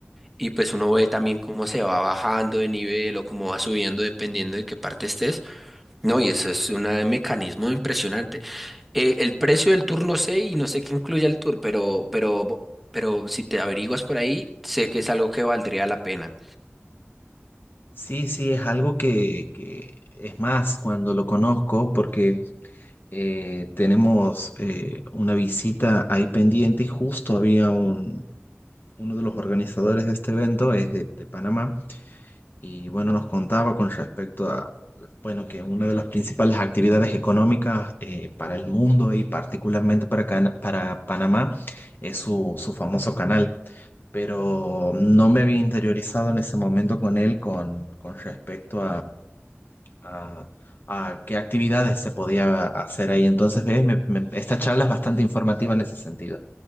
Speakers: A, in the centre; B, on the left (about 45°).
A: y pues uno ve también cómo se va bajando de nivel o cómo va subiendo dependiendo de qué parte estés. No, y eso es un mecanismo impresionante. Eh, el precio del tour no sé y no sé qué incluye el tour, pero, pero, pero si te averiguas por ahí, sé que es algo que valdría la pena.
B: Sí, sí, es algo que, que es más cuando lo conozco, porque eh, tenemos eh, una visita ahí pendiente y justo había un, uno de los organizadores de este evento, es de, de Panamá, y bueno, nos contaba con respecto a, bueno, que una de las principales actividades económicas eh, para el mundo y particularmente para, Cana- para Panamá es su, su famoso canal. pero no me había interiorizado en ese momento con él con, con respecto a, a qué actividades se podía hacer ahí. Entonces, ves, me- me- esta charla es bastante informativa en ese sentido.